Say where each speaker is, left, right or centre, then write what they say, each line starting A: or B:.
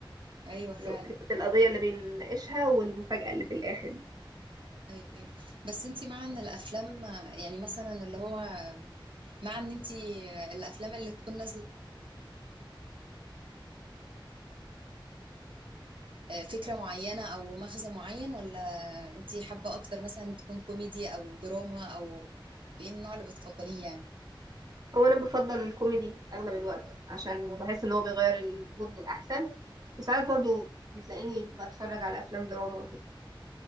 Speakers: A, on the right; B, on the right.
A: ايوه فعلا
B: إنه فكرة القضية اللي بيناقشها والمفاجأة اللي في الآخر دي
A: ايوه بس انت مع ان الافلام آه، يعني مثلا اللي هو مع ان انت آه، الافلام اللي تكون نازله آه، فكرة معينة أو مغزى معين ولا أنتي حابة أكتر مثلا تكون كوميدي أو دراما أو إيه النوع اللي بتفضليه يعني
B: هو أنا بفضل الكوميدي أغلب الوقت عشان بحس إن هو بيغير المود للأحسن وساعات برضو بتلاقيني بتفرج على أفلام دراما وكده